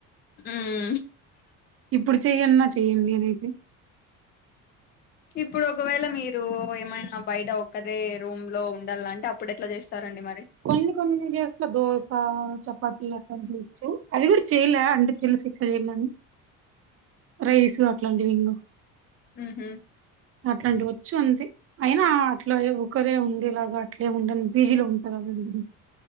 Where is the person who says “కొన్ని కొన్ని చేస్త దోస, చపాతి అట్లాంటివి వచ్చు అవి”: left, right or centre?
Right